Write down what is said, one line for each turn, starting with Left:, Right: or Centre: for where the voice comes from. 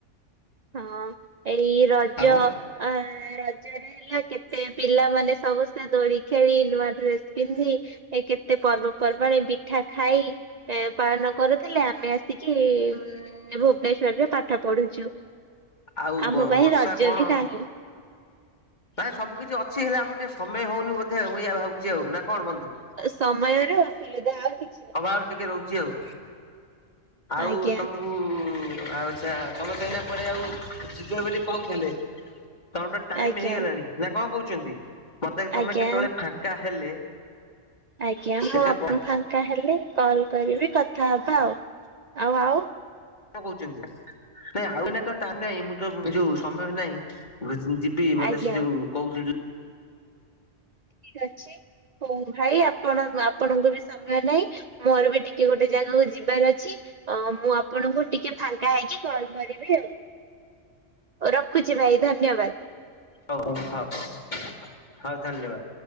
Right: ହଁ ଏଇ ରଜ
Left: ଆଉ
Right: ଆ ରଜରେ ହେଲା କେତେ ପିଲାମାନେ ସମସ୍ତେ ଦୋଳିିକି ଖେଳି ନୂଆ ଡ୍ରେସ ପିନ୍ଧି ଏ କେତେ ପର୍ବ-ପର୍ବାଣୀ ପିଠା ଖାଇ ଏ ପାଳନ କରୁଥିଲେ ଆମେ ଆସିକି ଉଁ ଭୁବନେଶ୍ଵରରେ ପାଠ ପଢୁଛୁ।
Left: ଆଉ
Right: ଆମ ପାଇଁ
Left: ବର୍ଷା
Right: ରଜ
Left: କଣ?
Right: ବି ନାହିଁ
Left: ନାଇଁ ସବୁ କିିଛି ଅଛି ହେଲେ ଆମର ଟିକେ ସମୟ ହଉନି ବୋଧେ ମୁଁ ଏୟା ଭାବୁଛି। ଆଉ ନା କଣ ବନ୍ଧୁ?
Right: ସମୟରେ ଅସୁବିଧା ଆଉ କିଚ
Left: ଅଭାବ ଟିକେ ରହୁଛି ଆଉ ଆଉ
Right: ଆଜ୍ଞା
Left: ତମକୁ ଆଉଛା ତମେତ ଏଇନା କୁଆଡେ ଆଉ ଯିବେ ବୋଲି କହୁଥିଲେ, ତାଙ୍କୁ ତ ଟାଇମ
Right: ଆଜ୍ଞା।
Left: ହେଇଗଲାଣି। ନା କଣ କହୁଛନ୍ତି? ମତେ ତମେ
Right: ଆଜ୍ଞା
Left: କେତେବେଳେ ଫାଙ୍କା ହେଲେ
Right: ଆଜ୍ଞା
Left: ଟିକେ
Right: ମୁଁ
Left: କ କଣ
Right: ତା ହେଲେ କଲ୍ କରିବେ କଥା ହେବା ଆଉ ଆଉ
Left: କଣ କହୁଛନ୍ତି? ନାଇଁ ଆଉ ଏଇନା ତ ଟାଇମ ନହିଁ ମୁଁ ତ ଯୋଉ ସମୟ ନାହିଁ। ଭ ଯିବି ମତେ
Right: ଆଜ୍ଞା।
Left: ସେ ଯ କହୁଥିଲୁ ଯୋଉ
Right: ଠିକ ଅଛି ହଉ ଭାଇ ଆପଣ ଆପଣଙ୍କୁ ବି ସମୟ ନାହିଁ। ମୋର ବି ଟିକେ ଗୋଟେ ଜାଗାକୁ ଯିବାର ଅଛି। ଅ ମୁଁ ଆପଣଙ୍କୁ ଟିକେ ଫାଙ୍କା ହେଇକି କଲ୍ କରିବି ଆଉ। ରଖୁଛି ଭାଇ ଧନ୍ୟବାଦ।
Left: ହଉ ହଉ ହଉ ହଉ ଧନ୍ୟବାଦ!